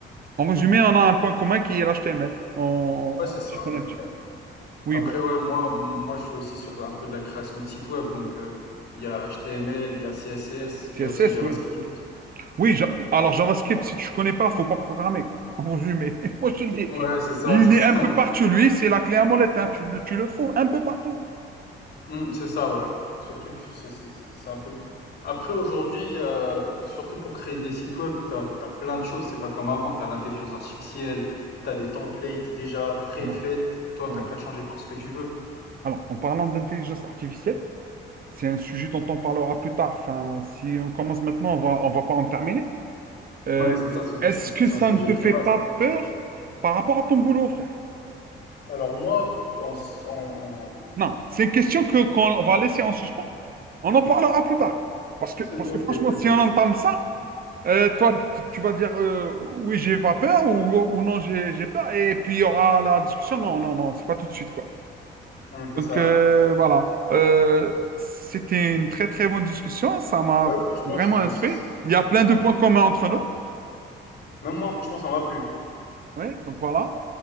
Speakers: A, on the right; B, on the left.
A: En résumé, on a un point commun qui est l'HTML. On
B: Ouais c'est ça,
A: s'y connaît
B: ouais.
A: un petit peu. Oui,
B: Après
A: bon,
B: ouais, moi m moi je suis aussi sur un peu de la création de sites web donc heu, il y a HTML, il y a CSS, il
A: CSS,
B: y a aussi JavaScript.
A: oui. Oui, Ja- alors JavaScript, si tu ne connais pas, faut pas programmer, quoi. En résumé, <laughs> moi je te le dis.
B: Ouais c'est ça,
A: Il
B: c'est
A: est
B: ça.
A: un peu partout, lui, c'est la clé à molette, hein. Tu le, tu le trouves un peu partout.
B: Mmh, c'est ça, ouais. Surtout que c'est c'est c'est c'est un peu après aujourd'hui, heu, surtout pour créer des sites web, t'as t'as plein de choses, c'est pas comme avant, t'as l'intelligence artificielle, t'as des templates déjà préfaites,
A: Alors,
B: toi
A: alors,
B: t'as qu'à changer par ce que tu veux.
A: alors, en parlant d'intelligence artificielle, c'est un sujet dont on parlera plus tard. Enfin, si on commence maintenant, on va, on va pas en terminer.
B: <laughs>
A: Euh,
B: Ouais, c'est ça, surtout
A: est-ce
B: c'est c'est
A: que
B: c'est
A: ça
B: un sujet
A: ne te
B: très
A: fait
B: vaste.
A: pas peur par rapport à ton boulot, frère?
B: Alors moi, en s en en
A: Non, c'est une question que qu'on va laisser en suspens. On en parlera plus tard. Parce que,
B: c'est
A: parce
B: OK,
A: que franchement,
B: très
A: si
B: bien.
A: on entame ça, Euh, toi, t- tu vas dire euh, oui, j'ai pas peur ou, ou non, j'ai j'ai peur. Et puis il y aura la discussion. Non, non, non, c'est pas tout de suite, quoi.
B: Mmh, c'est
A: Donc
B: ça,
A: euh,
B: ouais.
A: voilà. Euh, c'était une très très bonne discussion. Ça m'a
B: Ouais, franchement,
A: vraiment
B: c'est c'est
A: instruit.
B: c'est
A: Il y a plein de points communs entre nous.
B: même moi, franchement, ça m'a plu.
A: Ouais, donc voilà.